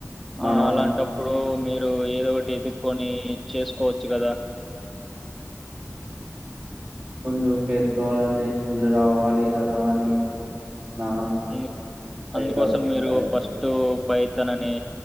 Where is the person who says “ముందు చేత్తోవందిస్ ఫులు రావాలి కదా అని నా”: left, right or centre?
Right